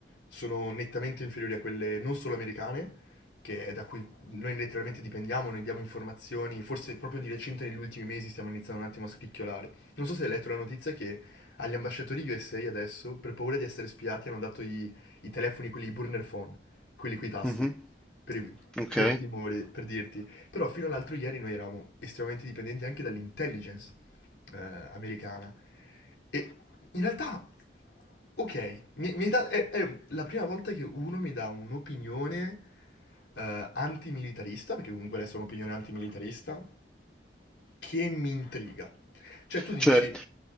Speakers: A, on the left (about 90°); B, in the centre.
A: sono nettamente inferiori a quelle non solo americane, che è da cui noi letteralmente dipendiamo, noi diamo informazioni, forse proprio di recente negli ultimi mesi stiamo iniziando un attimo a scricchiolare non so se hai letto la notizia che agli ambasciatori USA adesso, per paura di essere spiati, hanno dato i, i telefoni, quelli i burner phone, quelli coi tasti,
B: Mhm,
A: per, i-
B: Ok.
A: per timore, per dirti. Però fino all'altro ieri noi eravamo estremamente dipendenti anche dall'intelligence eh, americana. E in realtà, ok, mi- mi hai dato- è, è la prima volta che uno mi dà un'opinione eh, antimilitarista, perché comunque adesso è un'opinione antimilitarista, che mi intriga. Cioè tu dici,
B: Cioè,